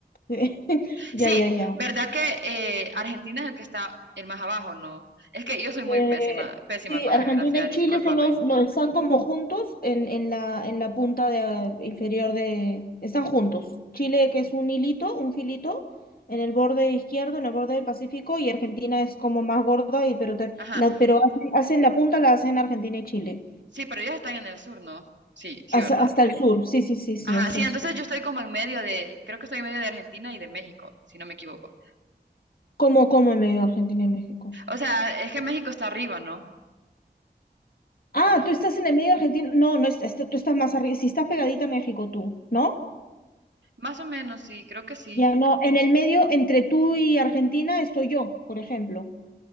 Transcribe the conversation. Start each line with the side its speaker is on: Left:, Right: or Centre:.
Left: <laughs> Ya,
Right: Sí,
Left: ya, ya.
Right: ¿verdad que eh, Argentina es el que está el más abajo, no? Es que yo soy muy
Left: Eh,
Right: pésima, pésima
Left: sí,
Right: con
Left: Argentina
Right: la geografía,
Left: y
Right: discúlpame.
Left: Chile son los, los- están como juntos en, en la, en la punta de, inferior de... Están juntos. Chile, que es un hilito, un filito, en el borde izquierdo, en el borde del Pacífico, y Argentina es como más gorda, y, pero, te-
Right: Ajá,
Left: la, pero hacen, hacen la punta, la hacen Argentina y Chile.
Right: sí, pero ellos están en el sur, ¿no? Sí, sí,
Left: Hasta,
Right: ¿verdad?
Left: hasta el sur, sí, sí, sí, sí,
Right: Ajá,
Left: hasta
Right: sí,
Left: el
Right: entonces
Left: sur.
Right: yo estoy como en medio de, creo que estoy en medio de Argentina y de México, si no me equivoco.
Left: ¿Cómo, cómo en medio de Argentina y México?
Right: O sea, es que México está arriba, ¿no?
Left: Ah,
Right: ¿O no?
Left: tú estás en el medio de Argentina. No, no, est- est- tú estás más arriba. Si estás pegadita a México, tú, ¿no?
Right: Más o menos, sí, creo que sí.
Left: Ya no, en el medio, entre tú y Argentina, estoy yo, por ejemplo.